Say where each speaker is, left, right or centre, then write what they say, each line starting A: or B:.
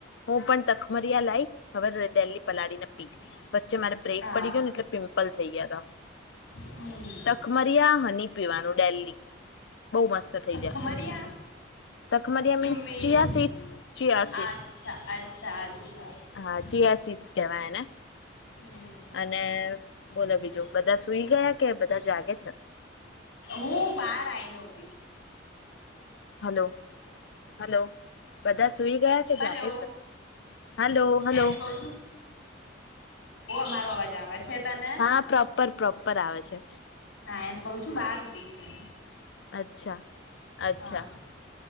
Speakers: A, on the left (about 65°); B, on the left (about 85°).
A: હું પણ તખમરીયા લાઈ હવે ર દેલ્લી પલાળીને પીસ વચ્ચે મારે બ્રેક
B: હા
A: પડી ગયો ને એટલે પિમ્પલ થઈ ગયા તા
B: હમ
A: તખમરિયા હની પીવાનું ડેલ્લી બહુ મસ્ત થઈ જાય.
B: ખમરિયા
A: તખમરિયા મીન્સ
B: યુ મીન
A: ચિયાસીડ્સ ચિયાસીસ
B: અચ્છા અચ્છા અચ્છા અચ્છા
A: હા ચિયાસીડ્સ. કેવાયને?
B: હમ
A: અને બોલો બીજું બધા સુઈ ગયા કે બધા જાગે છે?
B: હું બાર આઈને ઊભી છું.
A: હલો, હલો બધા સુઈ ગયા કે જાગે
B: હલો
A: છે? Hello hello.
B: એમ કઉ મારો અવાજ આવે છે તને
A: હા પ્રોપર. પ્રોપર આવે છે.
B: હા એમ કઉ છું બાર ઊભી છું.
A: અચ્છા અચ્છા
B: હા